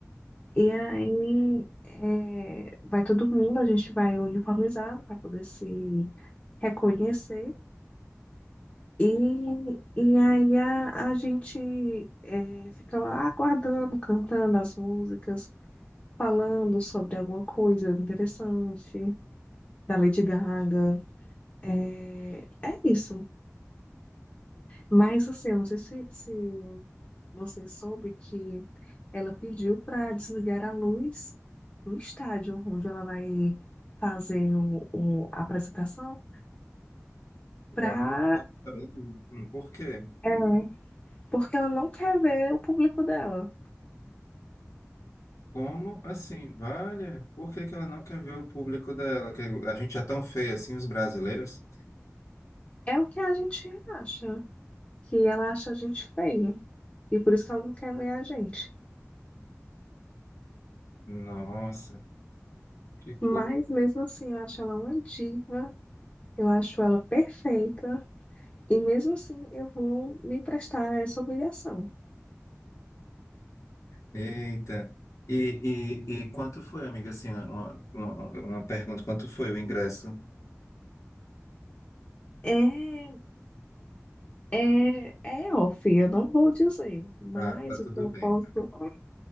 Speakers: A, on the left (about 30°); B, on the left (about 80°).
A: E aí é, vai todo mundo, a gente vai uniformizado para poder se reconhecer. E, e aí a, a gente é, fica lá aguardando, cantando as músicas, falando sobre alguma coisa interessante da Lady Gaga. É, é isso. Mas assim, eu não sei se, se você soube que ela pediu para desligar a luz do estádio onde ela vai fazer o, o- a apresentação, pra,
B: Guarda, tá- tá vendo? Hum, Por quê?
A: é, porque ela não quer ver o público dela.
B: Como assim? Vale? Por que que ela não quer ver o público dela? Que a gente é tão feio assim, os brasileiros?
A: É o que a gente acha. que ela acha a gente feio e por isso que ela não quer ver a gente.
B: Nossa, que coisa.
A: Mas mesmo assim, eu acho ela uma diva, eu acho ela perfeita e mesmo assim eu vou me prestar a essa humilhação.
B: Eita. E, e, e quanto foi, amiga? Assim, uma, uma, uma pergunta: quanto foi o ingresso?
A: É, é, é off, eu não vou dizer, mas
B: Ah, tá tudo
A: o que eu
B: bem.
A: posso,
B: tá
A: o